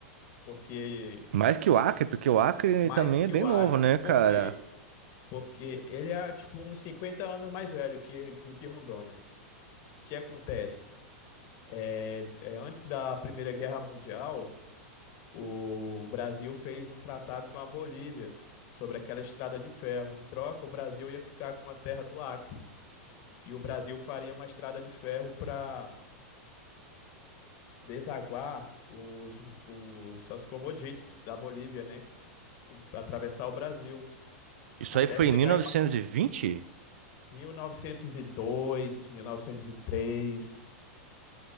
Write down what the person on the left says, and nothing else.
porque
mais
que
o
Acre.
Por quê? Porque ele é tipo uns 50 anos mais velho que, do que Rondônia. O que acontece? É, é, antes da Primeira Guerra Mundial, o Brasil fez um tratado com a Bolívia sobre aquela estrada de ferro. Em troca, o Brasil ia ficar com a terra do Acre. E o Brasil faria uma estrada de ferro para desaguar os, os, as commodities da Bolívia, né? Atravessar o Brasil.
Até
chegar
em mil mil novecentos novecentos e dois, mil novecentos e três,